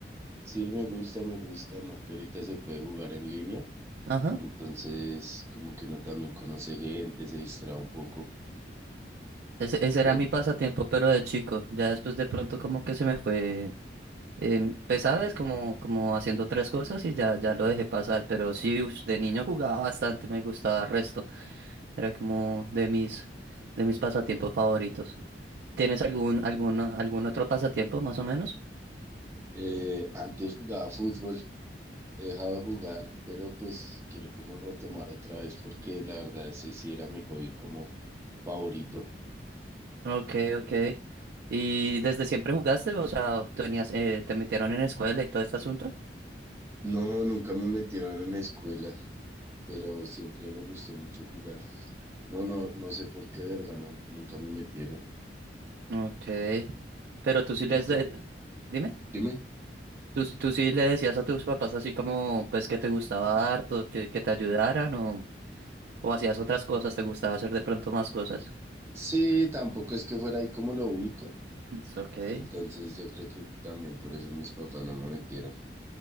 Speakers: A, on the right (about 15°); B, on the right (about 65°).
A: Sí, me gusta, me gusta, más que ahorita se puede jugar en línea,
B: Ajá.
A: entonces como que uno también conoce gente, se distrae un poco.
B: Ese, ese era
A: Ya,
B: mi pasatiempo, pero de chico. Ya después de pronto como que se me fue, em, pues sabes, como, como haciendo otras cosas y ya, ya lo dejé pasar. Pero sí, ush, de niño jugaba bastante, me gustaba resto. Era como de mis, de mis pasatiempos favoritos. ¿Tienes algún, algún, algún otro pasatiempo más o menos?
A: eh, antes jugaba fútbol, he dejado de jugar, pero pues quiero como retomar otra vez porque la verdad ese sí era mi hobby como favorito.
B: Ok, ok. ¿Y desde siempre jugaste? O sea, tenías, eh, te metieron en escuela y todo este asunto.
A: No, nunca me metieron en escuela. pero siempre me gustó mucho jugar. No, no, no sé por qué, ¿verdad? No, nunca me metieron.
B: Ok. Pero tú sí
A: ¿Y
B: les
A: tú?
B: de... Dime.
A: Dime.
B: ¿Tú, tú sí le decías a tus papás así como, pues, que te gustaba harto, que, que te ayudaran o, o hacías otras cosas, te gustaba hacer de pronto más cosas?
A: Sí, tampoco es que fuera ahí como lo único.
B: It's Ok.
A: Entonces yo creo que también por eso mis papás no me metieron.